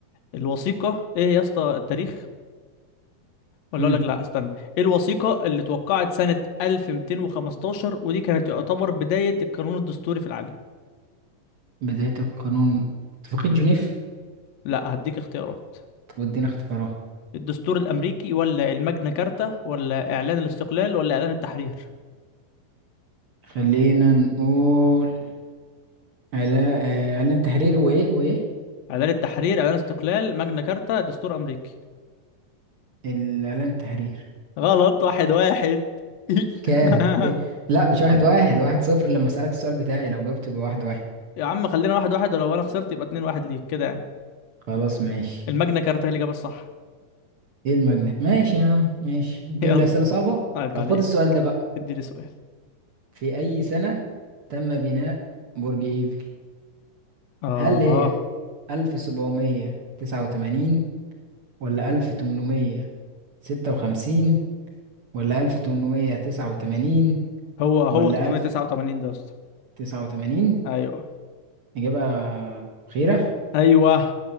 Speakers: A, on the left; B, on the right.
A: الوثيقه ايه يا اسطى التاريخ ولا
B: مم.
A: اقول لك لا استنى ايه الوثيقه اللي اتوقعت سنه 1215 ودي كانت تعتبر بدايه القانون الدستوري في العالم
B: بداية القانون اتفاقية جنيف
A: لا هديك اختيارات
B: طب ادينا اختيارات
A: الدستور الامريكي ولا الماجنا كارتا ولا اعلان الاستقلال ولا اعلان التحرير
B: خلينا نقول على آه، إعلان تحرير وإيه وإيه
A: اعلان التحرير اعلان استقلال ماجنا كارتا دستور امريكي
B: الإعلان تحرير
A: غلط واحد واحد <laughs>
B: كام إيه؟ لا مش واحد واحد واحد صفر لما أسألك السؤال بتاعي لو جاوبت يبقى واحد واحد
A: يا عم خلينا واحد واحد ولو انا خسرت يبقى اتنين واحد ليك كده يعني
B: خلاص ماشي
A: الماجنا كارتا هي الإجابة الصح
B: إيه المجنة ماشي يا عم ماشي تجيب
A: يلا
B: لي أسئلة صعبة
A: عيب
B: طب
A: عليك
B: خد السؤال ده بقى
A: اديني سؤال
B: في أي سنة تم بناء برج إيفل
A: اه
B: هل هي ألف سبعمية تسعة وتمانين ولا ألف تمنمية ستة وخمسين ولا ألف تمنمية تسعة وتمانين
A: هو هو
B: ولا
A: 889
B: ألف
A: ده يا اسطى
B: تسعة وتمانين
A: ايوه
B: إجابة أخيرة
A: ايوه